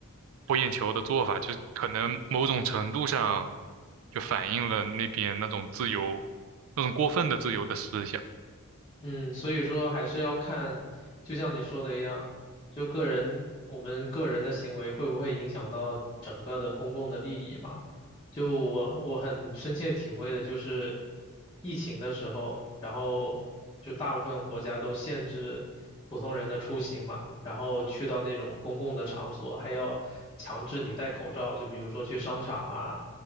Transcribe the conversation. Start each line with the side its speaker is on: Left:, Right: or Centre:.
Right: 博眼球的做法，就是可能某种程度上就反映了那边那种自由，那种过分的自由的思想。
Left: 嗯，所以说还是要看，就像你说的一样，就个人，我们个人的行为会不会影响到整个的公共的利益嘛？就我我很深切体会的就是疫情的时候，然后就大部分国家都限制普通人的出行嘛，然后去到那种公共的场所还要强制你戴口罩，就比如说去商场啊、